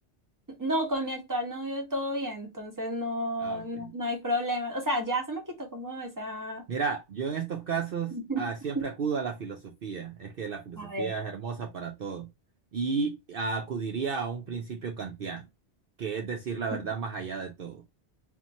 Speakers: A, on the right (about 15°); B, on the right (about 55°).
A: no, con mi actual novio todo bien, entonces no,
B: Ah, ok.
A: no, no hay problema. O sea, ya se me quitó como esa...
B: Mira, yo en estos casos
A: <laughs>
B: ah, siempre acudo a la filosofía. Es que la filosofía
A: A ver.
B: es hermosa para todo. Y acudiría a un principio kantiano, que es decir la verdad
A: <laughs>
B: más allá de todo.